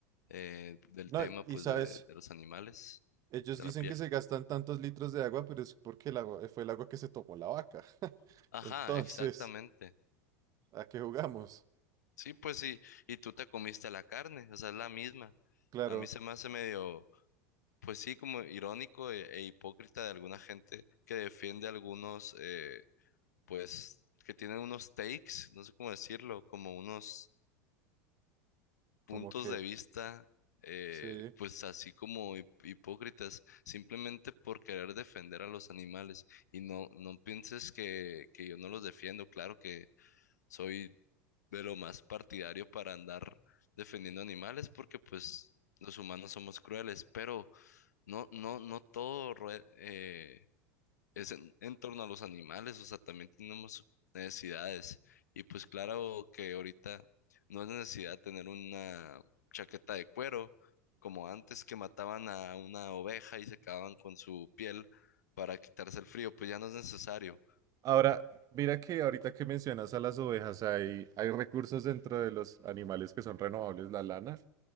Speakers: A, on the left (about 80°); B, on the right (about 40°).
A: eh, del
B: No,
A: tema
B: y
A: pues
B: sabes,
A: de, de los animales,
B: ellos
A: de
B: dicen
A: la piel.
B: que se gastan tantos litros de agua, pero es porque el agua, fue el agua que se tomó la vaca.
A: Ajá,
B: Entonces,
A: exactamente.
B: ¿a qué jugamos?
A: Sí, pues sí, y tú te comiste la carne, o sea, es la misma.
B: Claro,
A: A mí se me hace medio, pues sí, como irónico e, e hipócrita de alguna gente que defiende algunos, eh, pues, que tienen unos takes, no sé cómo decirlo, como unos puntos
B: como que
A: de vista, eh,
B: sí.
A: pues así como hip- hipócritas, simplemente por querer defender a los animales. Y no, no pienses que, que yo no los defiendo, claro que soy de lo más partidario para andar defendiendo animales porque pues los humanos somos crueles, pero no, no, no todo rue- eh, es en, en torno a los animales, o sea, también tenemos necesidades y pues claro que ahorita no es necesidad tener una chaqueta de cuero como antes que mataban a una oveja y se quedaban con su piel para quitarse el frío, pues ya no es necesario.
B: Ahora, mira que ahorita que mencionas a las ovejas, hay, hay recursos dentro de los animales que son renovables, la lana,